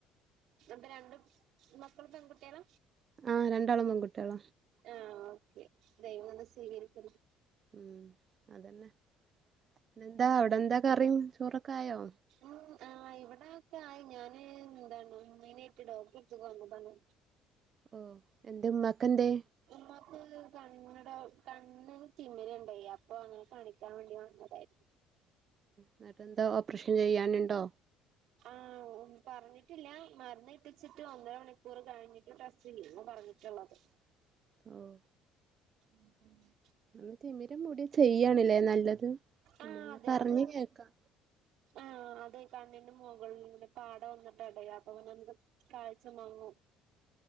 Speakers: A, on the right (about 70°); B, on the right (about 45°).
A: നപ്പ രണ്ട് മക്കളും പെൺകുട്ടിയള
B: ആഹ് രണ്ടാളും പെൺകുട്ടിയള
A: ആഹ് ഓക്കെ ദയവംന്ന് സ്വീകരിക്കുന്നത്
B: ഉം അതന്നെെന്താ അവിടെ എന്താക്കെറിയും ചോറൊക്കെ ആയോ
A: ഉം ആഹ് ഇവിടെൊക്കെ ആയി ഞാന് എന്താണ് മീനായിട്ട് ഡോക്കട്ടടുത്ത വന്നതാണ്
B: ഓഹ് എന്ത ഉമാക്ക എന്തേ
A: ഉമ്മാക്ക് കണ്ണട കണ് തിമിരണ്ടായി അപ്പൊ അങ്ങനെ കണിക്കാൻ വേണ്ടി വന്നതായിരുന്നു
B: എന്നിട്ട എന്താ ഓപ്പറേഷൻ ചെയ്യാനുണ്ടോ
A: ആ പറഞ്ഞിട്ടില്ല മരുന്ന് കിട്ടിച്ചിട്ട് ഒന്നര മണിക്കൂർ കഴിഞ്ഞിട്ട് ടെസ്റ്റ് ചെയ്യുന്നു പറഞ്ഞിട്ടുള്ളത്.
B: <unintelligible> <inaudible> ഓഹ്
A: ഉ ഉം <inaudible>
B: നമ്മ തിമിരം കൂടിയ ചെയ്യണല്ലേ നല്ലത് നമ്മളിങ്ങനെ
A: ആഹ അതെ
B: പറഞ്ഞ്
A: അത്
B: കേക്കാം
A: ആ അത കണ്ണിന്റെ മുകളിൽ പാടം വന്നിട്ട് ഇടയാ അപ്പൊ പിന്നെ നമുക്ക് കാഴ്ച മാങ്ങും